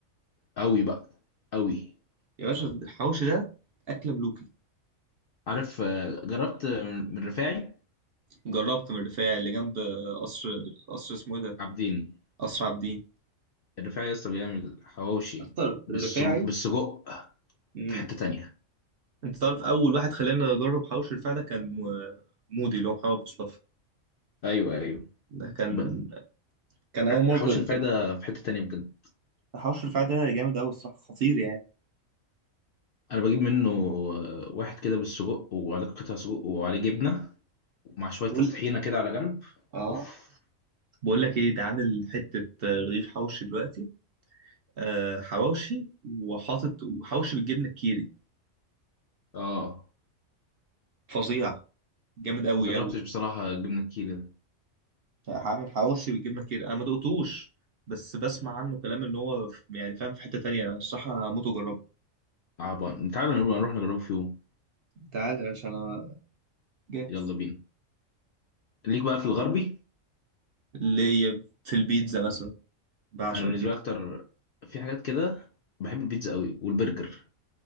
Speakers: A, on the left (about 60°); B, on the right (about 60°).
A: أوي بقى أوي
B: يا باشا الحوشي ده أكلة ملوكة
A: عارف آه، جربت من من رفاعي
B: جربت من الرفاعي اللي جنب قصر قصر اسمه ايه ده
A: عابدين
B: قصر عابدين
A: الرفاعي لسه بيعمل حواوشي
B: اكتر
A: بالسجق
B: الرفاعي
A: بالسجق
B: امم
A: في حتة تانية
B: انت تعرف اول واحد خلاني اجرب حواوشي الرفاعي ده كان م- مودي اللي هو محمد مصطفى
A: أيوه أيوه
B: ده كان
A: ب...
B: كان اول مره
A: حواوشي
B: كنت-
A: الرفاعي
B: كان
A: ده في حتة تانية بجد
B: حواوشي الرفاعي ده جامد قوي الصراحه خطير يعني
A: أنا بجيب منه آه، واحد كده بالسجق وعليه قطع سجق وعليه جبنة ومع شوية
B: بقول
A: الطحينة كده على جنب
B: اه
A: أوف
B: بقول لك ايه ده عامل حته رغيف حوشي دلوقتي آه حواوشي وحاطط وحوشي بالجبنه الكيري
A: آه
B: فظيع جامد قوي
A: ما جربتش
B: قوي
A: بصراحة جبنة الكيري ده
B: عامر حواوشي بالجبنه كتير انا ما دقتوش بس بسمع عنه كلام ان هو في- يعني فاهم في حته تانية الصراحه هموت واجربه
A: عبا تعالى نبقى نروح نجربه في يوم
B: تعالى يا باشا انا جاهز
A: يلا بينا ليك بقى في الغربي
B: اللي هي في البيتزا مثلا بعشق
A: أنا بالنسبة
B: البيتزا
A: لي أكتر في حاجات كده بحب البيتزا قوي والبرجر